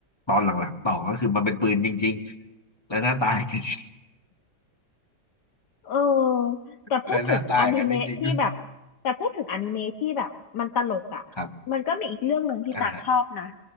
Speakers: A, on the left; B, on the left.
A: ตอนหลังๆต่อก็คือมันเป็นปืนจริงๆและหน้าตายกัน <laughs>
B: เออแต่พูดถึงอนิเมะที่แบบแต่พูดถึงอนิเมะที่แบบมันตลกอ่ะ
A: และหน้าตายกันจริงๆด้วยครับ
B: มันก็มีอีกเรื่องหนึ่งที่ตักชอบนะ
A: อ่า